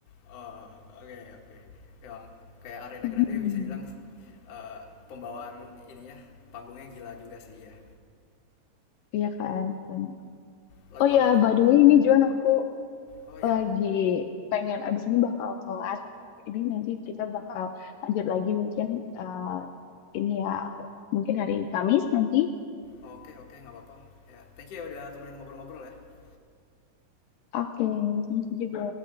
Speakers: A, on the left; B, on the left.
A: Oh, oke okay, oke. Memang kayak Arena
B: <laughs>
A: Grande bisa dibilang eh, pembawaan ininya panggungnya gila juga sih ya.
B: Iya kan? Kan.
A: Lagu
B: oh
A: apa
B: ya
A: tuh?
B: by the
A: Ah,
B: way ini John aku
A: oh ya.
B: lagi pengen abis ini bakal kelas. Jadi nanti kita bakal lanjut lagi mungkin eh, ini ya mungkin hari Kamis nanti.
A: Oke, oke, nggak apa-apa. Ya, thank you ya udah temenin ngobrol-ngobrol ya.
B: Oke, thank you juga.